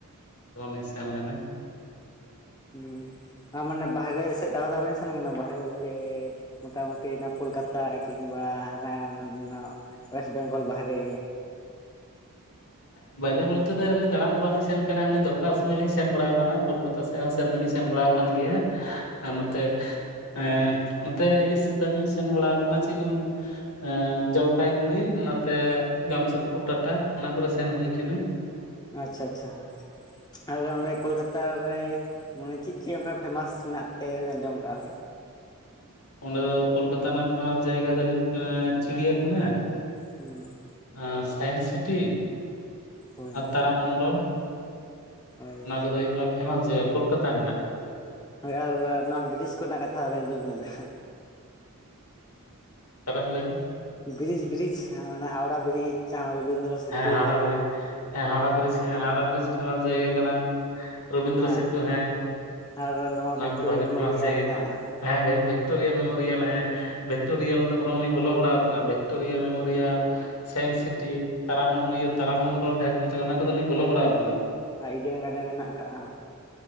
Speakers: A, on the left; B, on the left.
A: <unintelligible> ᱥᱮᱱ ᱞᱮᱱᱟ।
B: ᱦᱩᱸᱻ ᱟᱨ ᱢᱟᱱᱮ ᱵᱟᱦᱨᱮ ᱥᱮᱫ ᱫᱟᱬᱟ ᱫᱚ ᱵᱟᱹᱝ ᱵᱮᱱ ᱥᱮᱱ ᱟᱠᱟᱱᱟ, ᱵᱟᱦᱚᱨᱮ ᱵᱚᱞᱛᱮ ᱢᱚᱴᱟ ᱢᱩᱴᱤ ᱚᱱᱟ ᱠᱳᱞᱠᱟᱛᱟ ᱠᱤᱝᱵᱟ ᱦᱟᱱᱟ ᱱᱚᱰᱮᱱᱟᱜ ᱚᱭᱮᱥᱴ ᱵᱮᱝᱜᱚᱞ ᱵᱟᱦᱨᱮ?
A: ᱵᱟᱭᱨᱮ ᱵᱚᱞᱛᱮ ᱫᱚ ᱮᱢᱱᱮ ᱫᱟᱬᱟᱱ ᱫᱚ ᱵᱟᱞᱤᱧ ᱥᱮᱱ ᱟᱠᱟᱱᱟ, ᱮᱢᱱᱮ ᱫᱚᱨᱠᱟᱨ ᱥᱚᱢᱚᱭ ᱞᱤᱧ ᱥᱮᱱ ᱵᱟᱲᱟ ᱟᱠᱟᱱᱟ ᱠᱳᱞᱠᱟᱛᱟ ᱥᱮᱫ। ᱛᱮ ᱦᱚᱸ ᱥᱮᱱ ᱫᱚᱞᱤᱧ ᱥᱮᱱ ᱵᱟᱲᱟ ᱟᱠᱟᱱ ᱜᱮᱭᱟ <unintelligible> ᱟᱨ ᱱᱚᱛᱮ ᱮᱸᱻ ᱱᱚᱛᱮ ᱤᱭᱟᱹ ᱥᱮᱫ ᱫᱷᱟᱹᱵᱤᱡ ᱞᱤᱧ ᱥᱮᱱ ᱵᱟᱲᱟ ᱟᱠᱟᱱᱟ ᱪᱮᱫ ᱠᱚ ᱢᱮ ᱮᱸᱻ ᱡᱚᱞᱯᱟᱭᱜᱩᱲᱤ, ᱱᱚᱛᱮ ᱡᱟᱢᱥᱮᱫᱽᱯᱩᱨ ᱴᱟᱴᱟ ᱚᱱᱟ ᱠᱚᱨᱮ ᱥᱮᱱ ᱦᱩᱭ ᱠᱟᱱᱟ।
B: ᱟᱪᱪᱷᱟ ᱟᱪᱪᱷᱟ ᱟᱨ ᱚᱸᱰᱮ ᱠᱳᱞᱠᱟᱛᱟ ᱨᱮ ᱱᱚᱰᱮ ᱪᱮᱫ ᱪᱮᱫ ᱚᱱᱠᱟ ᱯᱷᱮᱢᱟᱥ ᱢᱮᱱᱟᱜ ᱛᱮ ᱟᱧᱡᱚᱢ ᱟᱠᱟᱫᱼᱟ ᱚᱸᱰᱮ?
A: ᱚᱸᱰᱮ ᱫᱚ ᱠᱳᱞᱠᱟᱛᱟ ᱨᱮᱱᱟᱜ ᱯᱷᱮᱢᱟᱥ ᱡᱟᱭᱜᱟ ᱫᱚ ᱦᱩᱭᱩᱜ ᱠᱟᱱᱟ ᱪᱤᱲᱤᱭᱟᱠᱷᱟᱱᱟ।
B: ᱦᱩᱸ।
A: ᱟᱨ ᱥᱟᱭᱤᱱᱥ ᱥᱤᱴᱤ,
B: ᱦᱳᱭ
A: ᱟᱨ ᱛᱟᱨᱟᱢᱚᱱᱰᱚᱞ
B: ᱦᱳᱭ
A: ᱚᱱᱟ ᱠᱚᱫᱚ ᱦᱩᱭᱩᱜ ᱠᱟᱱᱟ ᱯᱷᱮᱢᱟᱥ ᱡᱟᱭᱜᱟ ᱠᱳᱞᱠᱟᱛᱟ ᱨᱮᱱᱟᱜ।
B: ᱦᱳᱭ ᱟᱨ ᱱᱚᱣᱟ ᱵᱨᱤᱡ ᱠᱚᱨᱮᱱᱟᱜ ᱠᱟᱛᱷᱟ ᱵᱟᱹᱧ ᱟᱧᱡᱚᱢ ᱞᱮᱫᱟ?
A: ᱟᱨ ᱛᱟᱦᱚᱞᱮ- <unintelligible>
B: ᱵᱨᱤᱡ ᱵᱨᱤᱡᱽ ᱦᱟᱣᱲᱟ ᱵᱨᱤᱡ ᱡᱟᱸᱦᱟ <unintelligible> ᱨᱚᱵᱤᱱᱫᱨᱚ ᱥᱮᱛᱩ
A: ᱦᱮᱸ ᱦᱟᱣᱟᱲᱟ ᱵᱨᱤᱡᱽ ᱦᱮᱸ ᱦᱟᱣᱲᱟ ᱵᱨᱤᱡᱽ ᱦᱮᱸ ᱦᱟᱣᱲᱟ ᱵᱨᱤᱡᱽ ᱯᱷᱮᱢᱟᱥ ᱡᱟᱭᱜᱟ ᱠᱟᱱᱟ। ᱨᱚᱵᱤᱱᱫᱨᱚ
B: ᱟᱨ
A: ᱥᱤᱛᱩ ᱦᱮᱸ
B: ᱟᱨ ᱱᱚᱣᱟ
A: ᱚᱱᱟ
B: ᱵᱷᱤᱠᱴᱳᱨᱤᱭᱟ
A: ᱠᱚ ᱵᱷᱟᱹᱜᱤ
B: ᱢᱮᱢᱳᱨᱤᱭᱟ
A: ᱯᱷᱮᱢᱟᱥ ᱡᱟᱭᱜᱟ
B: ᱢᱮᱱᱟᱜᱼᱟ
A: ᱠᱟᱱᱟ। ᱦᱮᱸ ᱵᱷᱮᱠ ᱵᱷᱤᱠᱴᱳᱨᱤᱭᱟᱞ ᱢᱮᱢᱳᱨᱤᱭᱟᱞ ᱦᱮᱸ ᱵᱷᱤᱠᱴᱳᱨᱤᱭᱟᱞ ᱫᱚ ᱵᱚᱨᱚᱝ ᱞᱤᱧ ᱵᱚᱞᱚ ᱵᱟᱲᱟ ᱟᱠᱟᱱᱟ, ᱵᱷᱤᱠᱴᱳᱨᱤᱭᱟ ᱢᱮᱢᱳᱨᱤᱭᱟᱞ, ᱥᱟᱭᱤᱱᱥ ᱥᱤᱴᱤ, ᱛᱟᱨᱟᱢᱚᱢ ᱤᱭᱟᱹ ᱛᱟᱨᱟ ᱢᱚᱱᱰᱚᱞ ᱡᱟᱸᱦᱟ ᱠᱚ ᱢᱮᱛᱟᱜ ᱠᱟᱱᱟ ᱚᱱᱟ ᱠᱚᱫᱚ ᱞᱤᱧ ᱵᱚᱞᱚ ᱵᱟᱲᱟ ᱟᱠᱟᱱᱟ।
B: ᱟᱨ ᱤᱰᱮᱱ ᱜᱟᱨᱰᱮᱱ ᱢᱮᱱᱟᱜ ᱟᱠᱟᱫᱼᱟ।